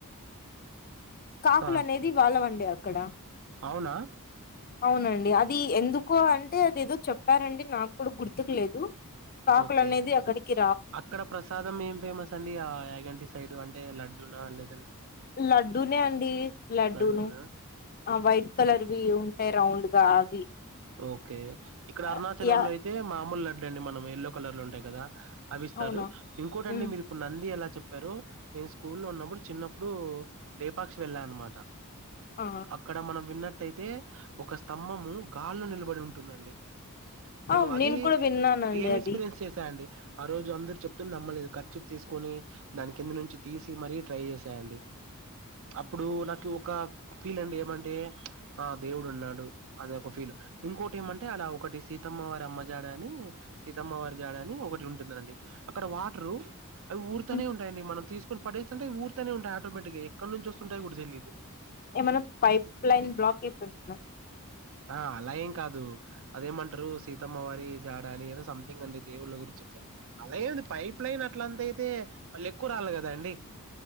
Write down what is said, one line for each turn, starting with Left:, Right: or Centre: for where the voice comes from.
Left: కాకులనేది
Right: ఆ
Left: వాళ్ళవండి అక్కడ.
Right: అవునా
Left: అవునండి అది ఎందుకో అంటే అదేదో చెప్పారంండి నాకు కూడా గుర్తుకు లేదు కాకులన్
Right: ఓకే
Left: మే బి అక్కడికే
Right: అక్కడ ప్రసాదం ఏం ఫేమస్ అండి ఆ యాగంటి సైడ్ అంటే లడ్డున లే
Left: లడ్డూనే అండి లడ్డూను
Right: లడ్డూనా
Left: ఆ వైట్ కలర్వి ఉంటాయ్ రౌండ్ గా అవి.
Right: ఓకే ఇక్కడ
Left: ఆ,
Right: అరుణాచల
Left: యా
Right: లో అయితే మామూలు లడ్డ అండి మనం ఎయల్లో కలర్ లో ఉంటాయి కదా అవిస్తారు
Left: అవునా
Right: ఇంకోటిండి
Left: ఉమ్
Right: మీరు ఇప్పుడు నంది ఎలా చెప్పారు నేను స్కూల్ లో ఉన్నప్పుడు చిన్నప్పుడు ఇప్పుడు లేపాక్షి వెళ్ళాలన్నమాట
Left: ఆ
Right: అక్కడ మనం విన్నట్టు అయితే ఒక స్తంభము గాల్లో నిలబడి ఉంటుందండి నేను
Left: ఆ
Right: అది
Left: కూడా విన్నానండి
Right: రియల్
Left: అది
Right: ఎక్స్పీరియన్స్ చేసా అండి ఆ రోజు అందరు చెప్తు నమ్మలేదు కర్చీఫ్ తీసుకొని దాని కింద నుంచి తీసి మరీ ట్రై చేసేయండి అప్పుడు నాకు ఒక ఫీల్ అండి ఏమంటే ఆ దేవుడు ఉన్నాడు అది ఒక ఫీల్ ఇంకోటి ఏమంటే అలా ఒకటి సీతమ్మ వారి అమ్మ జాడ అని సీతమ్మ వారి జాడ అని ఒకటి ఉంటు దండి అక్కడ వాటరు అవి ఊర్తనే
Left: హ్మ్.
Right: ఉంటాయండి మనం తీసుకునిడేస్తుంటేవ ఊర్తనే ఉంటయి ఆటోమేటిగా ఎక్క నుంచి వస్తుంటయ కూడా తెలీదు
Left: ఏమైనా పైప్ లైన్ బ్లాక్ అయిపోయింటందా
Right: ఆ అలా ఏం కాదు అదేమంటారు సీతమ్మవారి జాడ అని ఏదో సంథింగ్ అండి దేవుళ్ళ గురించి చెప్తారు అలా ఏంది పైప్ లైన్ అట్లంతయితే మళ్ళ ఎక్కువ రావలి కద అండి